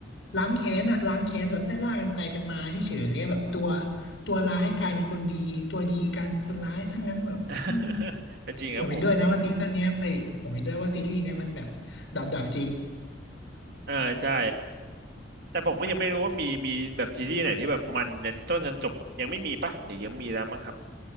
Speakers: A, on the left; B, on the right.
A: ล้างแค้นอะล้างแค้นแบบไล่ล่ากันไปกันมาเฉยๆเลยแบบตัวตัวร้ายกลายเป็นคนดีตัวดีกลายเป็นคนร้ายทั้งนั้นแบบอืม
B: <laughs> ก็จริงครับผม
A: ผมเห็นด้วยนะว่าซีซั่นเนี้ยเอ้ยผมเห็นด้วยว่าซีรีส์เนี้ยมันแบบดับๆ
B: อ่าใช่แต่ผมก็ยังไม่รู้ว่ามีมีแบบซีรีส์ไหนที่แบบมันยันต้นยันจบยังไม่มีปะเดี๋ยวยังมีแล้วมั้งครับ